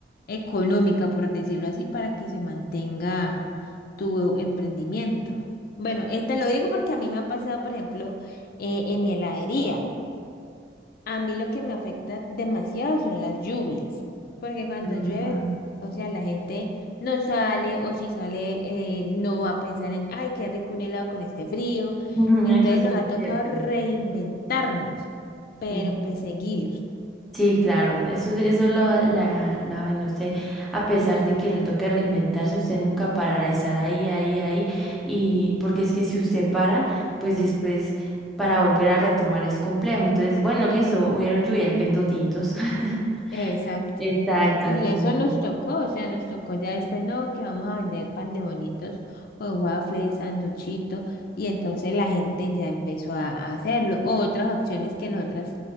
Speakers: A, on the left; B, in the centre.
A: económica, por decirlo así, para que se mantenga tu emprendimiento. Bueno, eh, te lo digo porque a mí me ha pasado, por ejemplo, eh, en mi heladería. A mí lo que me afecta demasiado son las lluvias, porque cuando
B: Ah,
A: llueve, o sea, la gente no sale o si sale eh, no va a pensar en, ay, qué rico un helado con este frío.
B: <laughs>
A: Entonces
B: Eso sí
A: nos ha
B: es
A: tocado
B: cierto.
A: reinventarnos, pero
B: Mm.
A: pues seguir.
B: Sí, claro, eso, es- eso es lo, la, la vaina. Usted, a pesar de que le toque reinventarse, usted nunca parará, estar ahí, ahí, ahí. Y porque es que si usted para, pues después para volver a retomar es complejo. Entonces, bueno, listo, hubieron lluvias, vendo tintos. <laughs>
A: Exacto.
B: Exacto,
A: Y
B: así mismo.
A: eso nos tocó, o sea, nos tocó ya este, no, que vamos a vender pan de bonitos o waffles, sanduchito, y entonces la gente ya empezó a, a hacerlo. O otras opciones que nosotras